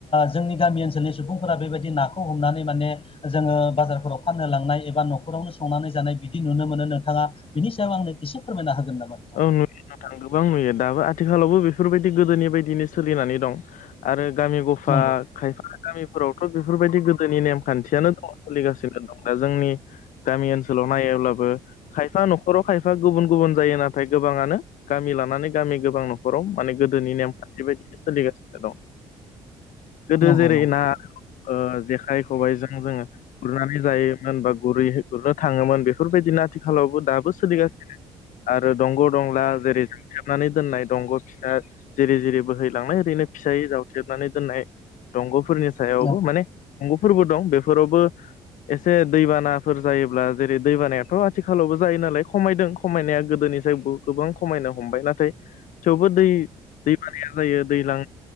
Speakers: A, on the left (about 35°); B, on the left (about 55°).
A: जोंनि गामि ओनसोलनि सुबुंफोरा बेबायदि नाखौ हमनानै माने जोङो बाजारफोराव फाननो लांनाय एबा न'खरावनो संनानै जानाय बिदि नुनो मोनो नोंथाङा बिनि सायाव आंनो इसे फोरमाय होन नामा? नोंथां
B: <unintelligible> गोबां नुयो दाबो आथिखालावबो बेफोरबायदि गोदोनि बायदिनो सोलिनानै दं आरो गामि ग <unintelligible> खायफा
A: नंगौ
B: खायफा गामिफोरावथ' बेफोरबायदि गोदोनि नेमखान्थियानो दङ सोलिगासिनो दङ दा जोंनि गामि ओनसोलाव नायोब्लाबो खायफा न'खराव खायफा गुबुन गुबुन जायो ना थाय गोबाङानो गामि लानानै गामि गोबां न'खराव माने गोदोनि नेमखान्थि बायदि सोलिगासिनो दङ। गोदो
A: नंगौ
B: जेरै
A: नंगौ
B: ना ओ जेखाइ खबाइजों जोङो गुरनानै जायोमोन बा गुरै गुरनो थाङोमोन बेफोरबायदिनो आथिखालावबो दाबो सोलिगा दंग' दंला जेरै जो थेबनानै दोननाय दंग' फिसा जिरि जिरि बोहैलांनाय ओरैनो फिसायै जाव थेबनानै दोननाय दंग'फोरनि सायावबो
A: नंगौ
B: माने दंग'फोरबो दं बेफोरावबो एसे दैबानाफोर जायोब्ला जेरै दैबानायाथ' आथिखालावबो जायो नालाय खमायदों खमायनाया गोदोनिफ्रायाय गोबां खमायनो हमबाय नाथाय थेवबो दै दैबानाया जायो दैलां